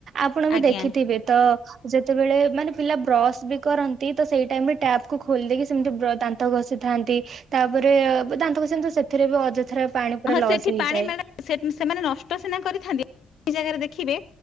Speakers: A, on the right; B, on the left.
A: ଆପଣ ବି
B: ଆଜ୍ଞା।
A: ଦେଖିଥିବେ ତ ଯେତେବେଳେ ମାନେ ପିଲା ବ୍ରସ ବି କରନ୍ତି ତ ସେଇ ଟାଇମରେ ଟ୍ୟାବକୁୁ ଖୋଲିଦେଇକି ସେମିତି ଦାନ୍ତ ଘଷିଥାନ୍ତି ତାପରେ ଦାନ୍ତ ଘଷିଥାନ୍ତି ସେଥିରେ ବି ଅଯଥାରେ ପାଣି ପୁରା
B: ହଁ
A: ଲସ୍
B: ସେଠି
A: ହେଇଯାଏ।
B: ପାଣି ମ୍ୟାଡ଼ାମ ସେମାନେ ନଷ୍ଟ ସିନା କରିଥାନ୍ତି ସେ ଜାଗାରେ ଦେଖିବେ